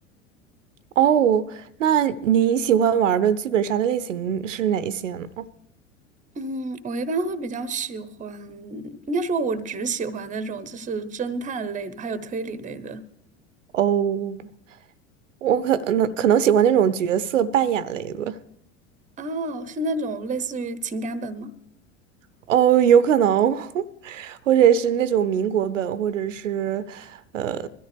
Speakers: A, on the right (about 75°); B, on the right (about 20°).
A: <laughs> 哦，那你喜欢玩的剧本杀的类型是哪一些呢？
B: 嗯，我一般会比较喜欢，应该说我只喜欢那种就是侦探类的，还有推理类的。
A: 哦，我可能可能喜欢那种角色扮演类的。
B: 哦，是那种类似于情感本吗？
A: 哦，有可能，<laughs> 或者是那种民国本，或者是，呃，